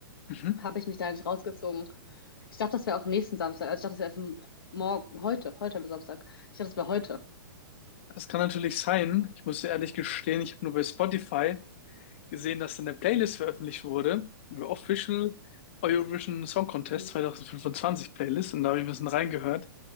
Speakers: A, on the left; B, on the left.
A: Mhm.
B: habe ich mich da nicht rausgezogen. Ich dachte, das wäre auch nächsten Samstag. Also ich dachte, das wäre erst morgen, heute, heute am Samstag. Ich dachte, das wäre heute.
A: Das kann natürlich sein. Ich muss dir ehrlich gestehen, ich habe nur bei Spotify gesehen, dass eine Playlist veröffentlicht wurde, die Official Eurovision Song Contest
B: Mhm.
A: 2025 Playlist und da habe ich ein bisschen reingehört.